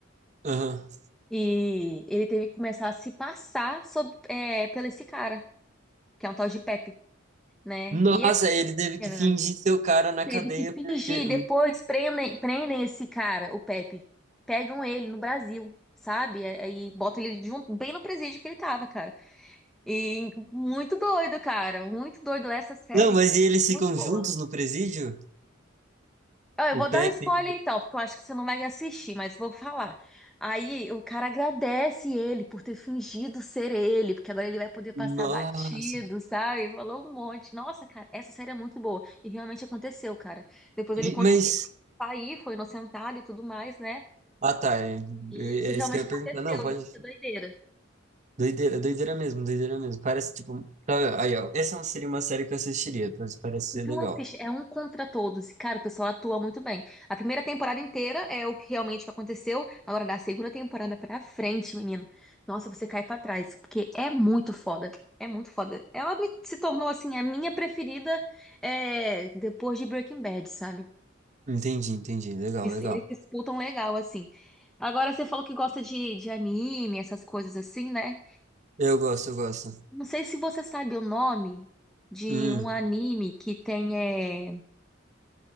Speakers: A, on the right; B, in the centre.
A: Aham.
B: E ele teve que começar a se passar sob, é, pelo esse cara, que é um tal de Pepe, né?
A: Nossa,
B: E aí,
A: ele teve
B: ela
A: que fingir ser o cara na
B: teve
A: cadeia
B: que fingir,
A: porque.
B: depois prendem, prendem esse cara, o Pepe. Pegam ele no Brasil, sabe? Aí botam ele junto, bem no presídio que ele tava, cara. E muito doido, cara. Muito doido essa série.
A: Não, mas e eles
B: é
A: ficam
B: Muito boa.
A: juntos no presídio?
B: Ah, Eu
A: O
B: vou
A: Pepe.
B: dar um spoiler então, porque eu acho que você não vai assistir, mas vou falar. Aí o cara agradece ele por ter fingido ser ele, porque agora ele vai poder passar
A: Nossa.
B: batido, sabe? Falou um monte. Nossa, cara, essa série é muito boa. E realmente aconteceu, cara. Depois ele
A: E,
B: conseguiu
A: mas.
B: sair, foi inocentado e tudo mais, né?
A: Ah, tá. É,
B: E
A: é
B: isso realmente
A: isso que eu ia
B: aconteceu,
A: perguntar. Não, pode.
B: isso que é doideira.
A: Doideira, doideira mesmo, doideira mesmo. Parece tipo. tá, aí, ó. Essa seria uma série que eu assistiria. Parece, parece ser
B: Então,
A: legal.
B: assiste, é um contra todos. E, Cara, o pessoal atua muito bem. A primeira temporada inteira é o que realmente que aconteceu. Agora, da segunda temporada pra frente, menino. Nossa, você cai pra trás. Porque é muito foda. É muito foda. Ela me- se tornou, assim, a minha preferida é, depois de Breaking Bad, sabe?
A: Entendi, entendi. Legal,
B: Eles,
A: legal.
B: eles disputam legal, assim. Agora, você falou que gosta de, de anime, essas coisas assim, né?
A: Eu gosto, eu gosto.
B: Não sei se você sabe o nome de
A: Hum.
B: um anime que tem. eh,